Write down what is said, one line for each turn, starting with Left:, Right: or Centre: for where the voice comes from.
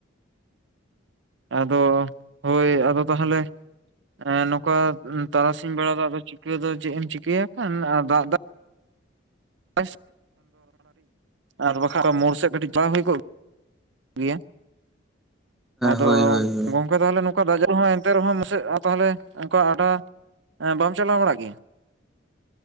Right: ᱟᱫᱚ ᱦᱳᱭ ᱟᱫᱚ ᱛᱟᱦᱚᱞᱮ ᱮᱸ ᱱᱚᱝᱠᱟ ᱛᱟᱨᱟᱥᱤᱧ ᱵᱮᱲᱟ ᱫᱟᱜ ᱫᱚ ᱪᱤᱠᱟᱹ ᱫᱚ ᱪᱮᱫ ᱮᱢ ᱪᱤᱠᱟᱹᱭᱟ ᱦᱟᱸᱜ ᱠᱷᱟᱱ ᱟᱨ ᱫᱟᱜ ᱫᱟᱭ <inaudible> ᱟᱨ ᱵᱟᱠᱷᱟᱡ ᱫᱚ ᱢᱳᱲ ᱥᱮᱫ ᱠᱟᱹᱴᱤᱡ ᱪᱟᱞᱟᱣ ᱦᱩᱭ ᱠᱚᱜ ᱜᱮᱭᱟ ᱟᱫᱚ
Centre: ᱦᱳᱭ ᱦᱳᱭ ᱦᱳᱭ
Right: ᱜᱚᱝᱼᱼ ᱛᱟᱦᱟᱞᱮ ᱱᱚᱝᱠᱟ ᱫᱟᱜᱽ ᱡᱟᱯᱩᱫ ᱨᱮᱦᱚᱸ ᱮᱱᱛᱮ ᱨᱮᱦᱚᱸ ᱱᱟᱥᱮ ᱛᱟᱦᱚᱞᱮ ᱱᱚᱝᱠᱟ ᱟᱰᱟ ᱵᱟᱢ ᱪᱟᱞᱟᱣ ᱵᱟᱲᱟᱜ ᱜᱮᱭᱟ?